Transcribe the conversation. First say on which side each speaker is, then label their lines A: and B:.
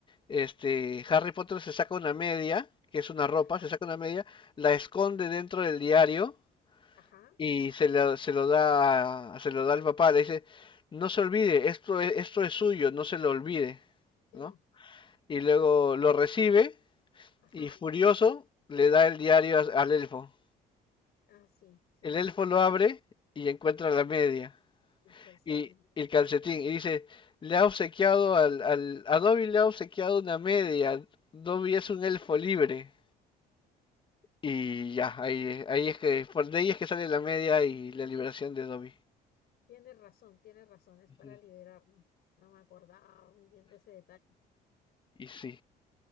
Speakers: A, on the left (about 30°); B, on the left (about 70°).
A: Este, Harry Potter se saca una media, que es una ropa,
B: Ajá.
A: se saca una media, la esconde dentro del diario
B: Ajá,
A: y se lo, se lo da se lo da al papá, le dice, "No se olvide, esto es, esto es suyo, no se lo olvide",
B: sí,
A: ¿no? Y luego lo recibe
B: ajá,
A: y furioso le da el diario a- al elfo.
B: ah, sí, sí,
A: El elfo lo abre y encuentra la media
B: el calcetín.
A: y, y
B: cla-
A: el calcetín y dice, le ha obsequiado al, al, a Dobby le ha obsequiado una media. Dobby es un elfo libre. Y ya, ahí, ahí es que, por de ahí es que sale la media y la liberación de Dobby.
B: Tienes razón, tienes razón, es
A: Ujú.
B: para liberarnos. No No me acordaba muy bien de ese detalle.
A: Y sí.